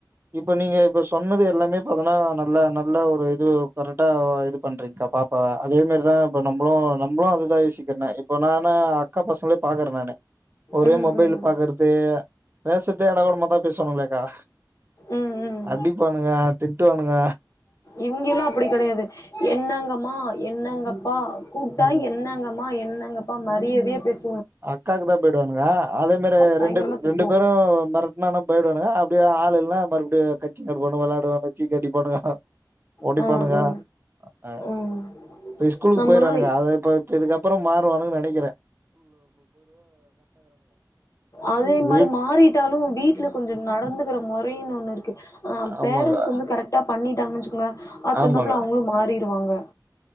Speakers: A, on the right; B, on the left.
A: இப்ப நீங்க இப்ப சொன்னது எல்லாமே பாத்தனா நல்ல நம் ல்ல ஒரு இது கரெக்டா இது பண்றீங்க்கா பாப்பாவ அதே மாரிதா இப்ப நம்பளு நம்ளு அதுதா‌ யோசிக்றனெ இப்ப நானு அக்கா பசங்ளயெ பாக்குற நானு ஒரே
B: ம்
A: மொபைல்
B: ம்
A: பாக்குறது பேச தே ஏடாகொடமா தா பேசுவானுங்களேக்கா
B: ம் ம்
A: அடிப்பானுங்க திட்டுவானுங்க
B: இங்கெல்லா அப்புடி கெடையாது என்னங்கம்மா என்னங்கப்பா கூப்ட்டா
A: ம்.
B: என்னங்கமா என் னங்கப்பா மரியதையா பேசு
A: அக்காக்கு தா பயடுவானுங்க அதே மாரி
B: பயங்கரமா
A: ரெண்டு
B: திட்டுவா
A: ரெண்டு பேரு மெரட்னன பயப்டுவானுங்க அப்டியே ஆள் இல்னா மறுபுடியு <unintelligible> வெளாடுவானு <unintelligible> அடிப்பானுங்க ஒடிப்பானுங்க
B: ஆ ஆ
A: ஆ
B: ம்
A: பொய் ஸ்கூலுக்
B: நம்ம
A: போயிர்றானுங்க அத இப்ப இதுக்கப்பறொ மாறுவானுங்க நெனக்கிறே
B: அதே மாரி
A: வீட்
B: மாறிட்டாலு வீட்ல கொஞ்ச நடந்துகுற மொ ஃப்ரீ ஒண்ணு இருக்கு ஆஹ்
A: ஆமாங்க
B: பேரன்ட்ஸ் வந்து கரெக்டா பண்ணிட் டாங்கனு வெச்சிகோங்கல அத்தந்தாப்போல
A: ஆமாங்க
B: அவங்களு மாறி வாங்க